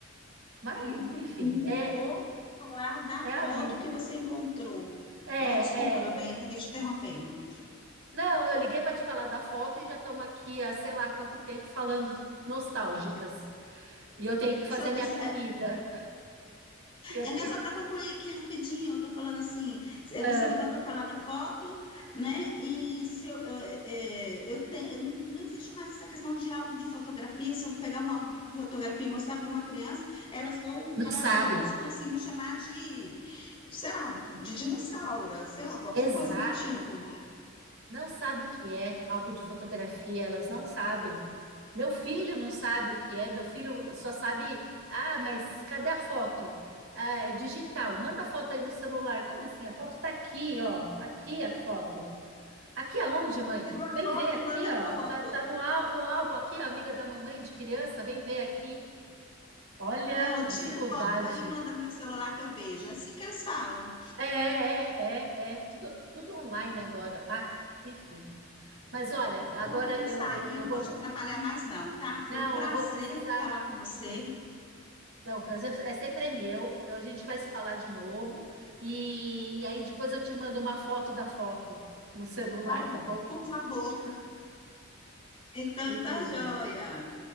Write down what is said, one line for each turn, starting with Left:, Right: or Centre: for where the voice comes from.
Right: Mas,
Left: E você
Right: enfim,
Left: me
Right: é,
Left: ligou pra falar da
Right: é
Left: foto
Right: a vida.
Left: que você encontrou.
Right: É, é.
Left: Não, desculpa, meu bem,
Right: é.
Left: acabei te interrompendo.
Right: Não, eu liguei para te falar da foto e já estamos aqui há sei lá quanto tempo falando de- nostálgicas. E eu tenho que fazer
Left: Só,
Right: minha
Left: assim,
Right: comida.
Left: é,
Right: E Eu
Left: é
Right: tenho
Left: não, só
Right: que.
Left: para concluir aqui rapidinho, eu tô falando assim, eh,
Right: Ah,
Left: você ligou para falar da foto, né? E se eu, eu, eh, eu te- não não existe mais essa questão de álbum de fotografia. Se eu pegar um álbum de fotografia e mostrar para uma criança, elas vão virar
Right: não sabe?
Left: o rosto assim, me chamar de, sei lá, de dinossauro, sei lá, qualquer
Right: Exato.
Left: coisa do tipo.
Right: não sabe o que é álbum de fotografia, elas não sabem. Meu filho não sabe o que é, meu filho só sabe, ah, mas cadê a foto? Ah, é digital, manda a foto aí no celular. Como assim? A foto tá aqui, ó. Aqui a foto. Aqui aonde, mãe?
Left: Tira uma
Right: Vem
Left: foto
Right: ver aqui,
Left: e manda
Right: ó.
Left: foto.
Right: Tá, tá no, ál- no álbum aqui, ó, amiga da mamãe de criança, vem ver aqui. Olha,
Left: Não,
Right: dificuldade.
Left: tira foto aí e manda no meu celular que eu vejo. É assim que eles falam.
Right: É, é, é, é. Tudo, tudo online agora. Ah, enfim. Mas olha,
Left: Eu
Right: agora
Left: tô querendo
Right: eu,
Left: sair,
Right: eu, eu
Left: eu não
Right: vou
Left: vou te atrapalhar mais, não, tá? Foi
Right: Não,
Left: um prazer
Right: eu vou precisar.
Left: falar com você.
Right: eu- não, o prazer é sempre é meu. Eu- A gente vai se falar de novo. E, e aí depois eu te mando uma foto da foto no celular,
Left: tá?
Right: tá bom?
Left: Por favor. Então
Right: Muito
Left: tá
Right: bom.
Left: joia.